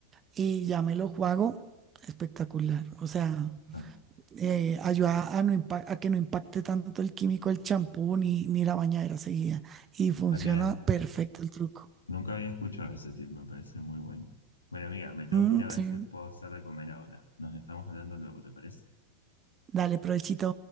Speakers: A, on the right; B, on the left.
A: y ya me lo juego. Espectacular. O sea,
B: Ah.
A: eh, ayuda a, no impa- a que no impacte tanto el químico el champú ni, ni la bañadera seguida. Y funciona
B: Ay, mira,
A: perfecto el truco.
B: nunca había escuchado ese tip, me parece muy bueno. Bueno, amiga, me tengo
A: Mm,
B: que ir a ver
A: sí.
B: qué puedo hacer de comer ahora. Nos estamos hablando luego, ¿te parece?
A: Dale, provechito.